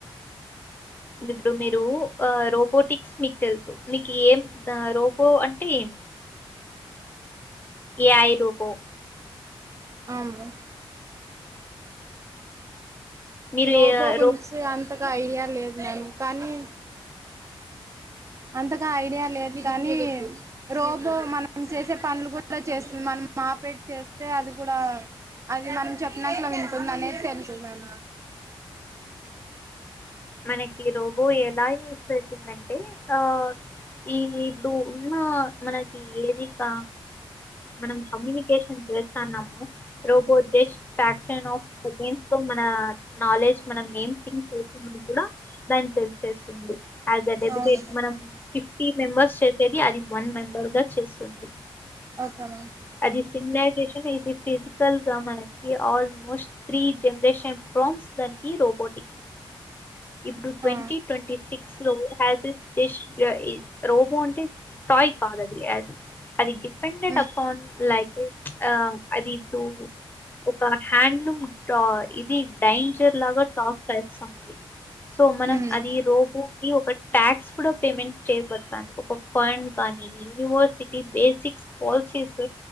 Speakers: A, on the left; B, on the right.
A: ఇప్పుడు మీరూ అ రోబోటిక్స్ మీక్ తెల్సు మీకి ఏం రోబో అంటె ఏం ఏఐ రోబో.
B: ఔను.
A: మీరు
B: రోబో
A: ఏ-
B: గురించి అంతగా ఐడియా లేద్ మ్యామ్ కాని అంతగా ఐడియా లేద్ కానీ రోబో మనం సేసే పన్ గూడా చేస్తుంద్ మన్మాప్రేట్ చేస్తే అది గుడా అది మనం చెప్పినట్లు వింటుంది అనేది తెలుసు మం
A: మనకి రోబో ఎలా యూస్ అయితుందంటే ఆ ఈ ఇప్పుడు ఉన్న మనకి ఏది క మనం కమ్యూనికేట్ టెషన్ చేస్తాన్నాము రోబో జస్ట్ ఫ్యాక్షనాఫ్ సెకెండ్స్లొ మనా నాలెడ్జ్ మనం ఏం థింక్ చేస్తున్నామ్ కూడా దాన్ తెల్సేస్తుంది. యాజె డెబిటేట్
B: అవును
A: మనం ఫిఫ్టీ మెంబర్స్ చేసేది అది వన్ మెంబర్గ చేసుంది
B: ఓకే మ్యామ్
A: అది సిమ్లర్ ఫిజికల్ గా మనకి ఆల్మోస్ట్ త్రీ జనరేషన్ ఫామ్స్ దానికి రోబోట్ ఇప్పుడు ట్వంటీ
B: ఆ
A: ట్వంటీ సిక్స్ లో హజ <unintelligible> రోబో అంటే టాయ్ కాదది అది డిపెండెంట్
B: ఉమ్
A: అపాన్ లైక్ ఆ అది టూ ఒక హ్యాండ్లూమ్ ఆ ఇది డైజర్ లాగా టాక్ చేస్తుంది సో మనం
B: ఉమ్
A: అది రోబో ఇ ఒక ట్యాక్స్ కూడా పేమెంట్ చేయబడతాంది. ఒక ఫండ్ కానీ యూనివర్సిటీ బేసిక్ పాల్సీస్